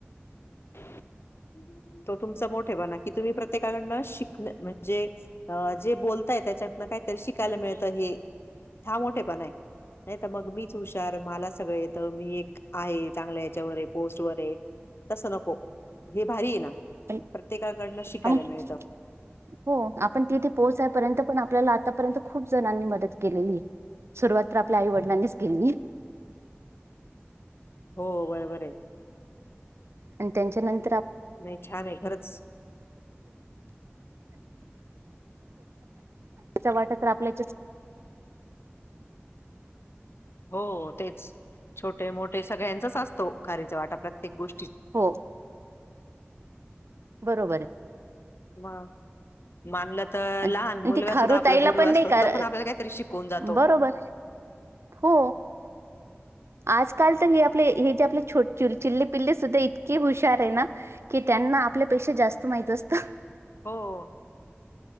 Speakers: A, on the left; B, on the right.
A: <inaudible> तो तुमचा मोठे पणा, कि तुम्ही प्रत्येकाकडणं शिकणं म्हणजे अ जे बोलताय त्याच्यातनं काहीतरी शिकायला मिळतं हे, हा मोठेपणा आहे. नाही तर मग मीच हुशार, मला सगळं येत, मी एक आहे, चांगल्या याच्यावरये पोस्ट वरये. तसं नको. हे भारी आहे ना.
B: <unintelligible>
A: प्रत्येकाकडनं शिकायला मिळतं
B: हो, आपण तिथे पोहोचायपर्यंत पण आपल्याला आतापर्यंत खूप जणांनी मदत केलेलीये. सुरुवात तर आपल्या आई वडिलांनीच केलेलीय.
A: हो, बरोबर आहे.
B: आण त्यांच्यानंतर आप
A: नाही छान आहे, खरंच.
B: <inaudible> वाटत आपल्या
A: हो तेच, छोटे-मोठे सगळ्यांचाच असतो खारीेचा वाटा प्रत्येक गोष्टीत.
B: हो. बरोबर
A: मग. मानलं तर
B: आहे आणि
A: लहान मुलगा
B: ती खारू
A: सुद्धा आपला
B: ताईला
A: गुरु
B: पण
A: असतो,
B: नाही
A: तो
B: का
A: पण आपल्याला काहीतरी शिकवून जातो.
B: बरोबर हो. आजकाल तर, हे आपले हे जे आपले छोट चिल्ले-पिल्ले सुद्धा इतके हुशार आहे ना की त्यांना आपल्यापेक्षा जास्त माहित असतं.
A: हो.